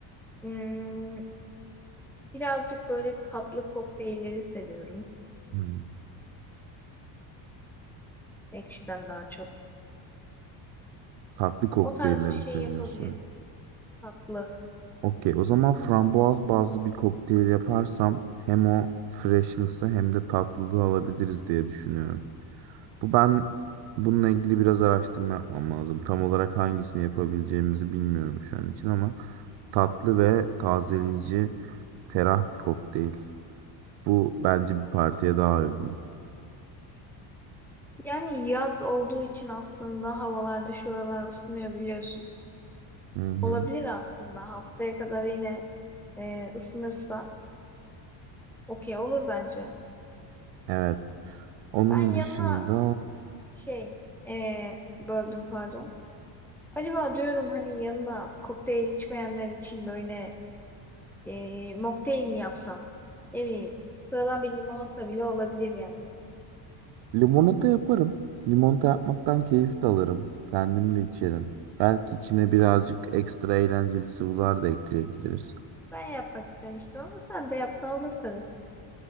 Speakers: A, in the centre; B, on the right.
A: ım, birazcık böyle tatlı kokteylleri seviyorum.
B: Hmm.
A: Ekşiden daha çok.
B: Tatlı kokteylleri
A: O tarz bir şey
B: seviyorsun.
A: yapabiliriz. Tatlı.
B: Okey, o zaman frambuaz bazlı bir kokteyl yaparsam hem o freshness'ı hem de tatlılığı alabiliriz diye düşünüyorum. Bu ben bununla ilgili biraz araştırma yapmam lazım. Tam olarak hangisini yapabileceğimizi bilmiyorum şu an için ama tatlı ve tazeleyici, ferah bir kokteyl. Bu bence bir partiye daha uygun.
A: Yani yaz olduğu için aslında havalarda şuralar ısınıyor biliyorsun.
B: Hı hı.
A: Olabilir aslında. Haftaya kadar yine e, ısınırsa okey olur bence.
B: Evet. Onun
A: Ben yanına
B: dışında
A: şey e, böldüm pardon. Acaba diyorum hani yanına kokteyl içmeyenler için böyle e, mocktail mi yapsam? Ne bileyim. Sıradan bir limonata bile olabilir yani.
B: limonata yaparım. Limonata yapmaktan keyif de alırım. Kendim de içerim. Belki içine birazcık ekstra eğlenceli sıvılar da ekleyebiliriz.
A: Ben yapmak istemiştim ama sen de yapsan olur tabii.